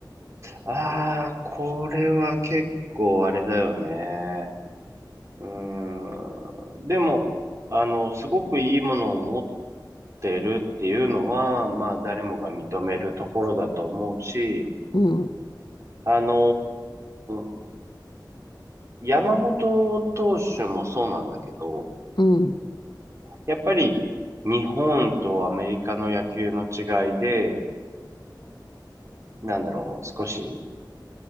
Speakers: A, on the right; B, on the left.
A: ああ、これは結構あれだよね。うん。でも、あの、すごくいいものを持ってるっていうのは、まあ、誰もが認めるところだと思うし、
B: うん、
A: あのー山本投手もそうなんだけど、
B: うん、
A: やっぱり日本とアメリカの野球の違いで、なんだろう、少し、